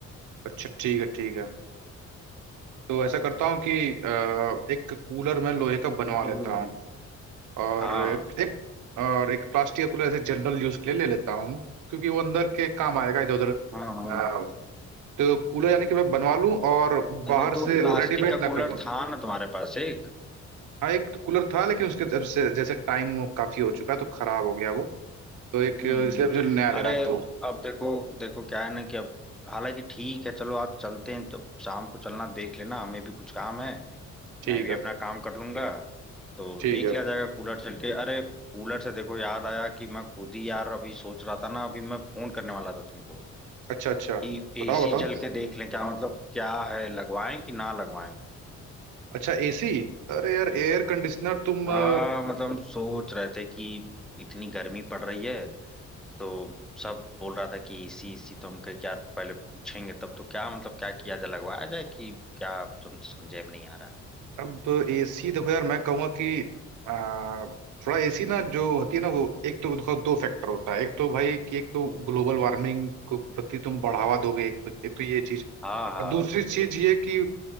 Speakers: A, on the right; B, in the centre.
A: अच्छा ठीक है ठीक है तो ऐसा करता हूँ कि अ, एक कूलर मैं लोहे का बनवा
B: हम्म
A: लेता
B: हम्म,
A: हूँ और
B: हाँ
A: एक और एक प्लास्टिक का कूलर ऐसे जनरल यूज के लिए ले लेता हूँ क्योंकि वो अंदर के काम आएगा इधर उधर अ,
B: हाँ हाँ
A: तो कूलर यानी कि मैं बनवा लूँ और
B: अरे
A: बाहर
B: तो
A: से
B: प्लास्टिक
A: रेडीमेड
B: का
A: ना
B: कूलर
A: कर दूँ
B: था ना तुम्हारे पास एक
A: हाँ एक कूलर था लेकिन उसके जब से जैसे टाइम काफी हो चुका है तो खराब हो गया वो तो एक
B: हम्म
A: इसलिए मुझे नया लेना
B: अरे
A: है दो
B: अब देखो देखो क्या है ना कि अब हालांकि ठीक है चलो आज चलते हैं तो शाम को चलना देख लेना हमें भी कुछ काम है
A: ठीक
B: मैं भी
A: है
B: अपना काम कर लूंगा तो
A: ठीक
B: देख
A: है
B: लिया जाएगा कूलर चल के अरे कूलर से देखो याद आया कि मैं खुद ही यार अभी सोच रहा था ना अभी मैं फोन करने वाला था तुमको
A: अच्छा अच्छा
B: कि एसी
A: बताओ बताओ
B: चल के देख लें क्या मतलब क्या है लगवाएं कि ना लगवाएं
A: अच्छा एसी अरे यार एयर कंडीशनर तुम
B: हाँ
A: अ,
B: मतलब हम सोच रहे थे कि इतनी गर्मी पड़ रही है तो सब बोल रहा था कि इसी इसी तो हम कहे कि यार पहले पूछेंगे तब तो क्या मतलब क्या किया जाए लगवाया जाए कि क्या तुम समझे में नहीं आ रहा है
A: अब एसी देखो यार मैं कहूंगा कि अ, थोड़ा एसी ना जो होती है ना वो एक तो देखो दो फैक्टर होता है एक तो भाई कि एक तो ग्लोबल वार्मिंग को प्रति तुम बढ़ावा दोगे एक तो एक तो ये चीज
B: हाँ हाँ
A: और दूसरी चीज ये कि